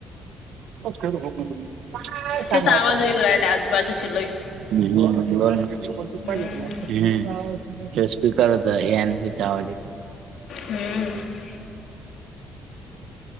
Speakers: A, on the right (about 80°); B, on the left (about 75°).
A: खेळूग तुम्ही <unintelligible> का सांगा
B: तेच आवाज
A: होता.
B: येऊ राहिला आजूबाजूचे लई.
A: हि तुम्हाला
B: हम्म
A: <unintelligible> हे स्पीकरच आहे हे आणि तेचा आवाज येत <unintelligible>
B: हम्म